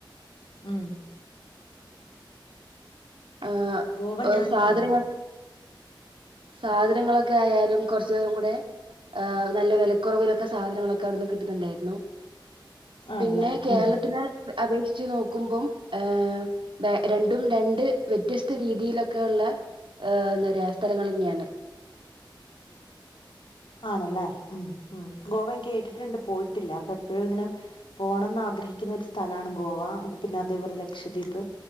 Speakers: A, on the left; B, on the right.
A: ഉം
B: ഏഹ്
A: ഗോവ
B: ഓ
A: ഞാൻ
B: സാധനങ്ങ
A: ആ
B: സാധനങ്ങളൊക്കെ ആയാലും കുറച്ചും കൂടെ ഏഹ് നല്ല വെലക്കുറവിലൊക്കെ സാധനങ്ങളൊക്കെ അവിടുന്ന് കിട്ടുന്നുണ്ടായിരുന്നു.
A: ആണല്ലേ
B: പിന്നെ കേരളത്തിന്
A: ഉം
B: വെ അപേക്ഷിച്ച് നോക്കുമ്പോം ഏഹ് ബേ രണ്ടും രണ്ട് വ്യത്യസ്ത രീതിയിലൊക്കെ ഉള്ള ഏഹ് എന്താ പറയാ സ്ഥലങ്ങള് തന്നെയാണ്.
A: ആണല്ലേ ഉം ഉം ഗോവ ഞാൻ കേട്ടിട്ടുണ്ട് പോയിട്ടില്ല അപ്പ എപ്പഴും ഇങ്ങനെ പോണംന്ന് ആ ആഗ്രഹിക്കുന്ന ഒരു സ്ഥലാണ് ഗോവ പിന്നെ അതേ പോലെ ലക്ഷദ്വീപ്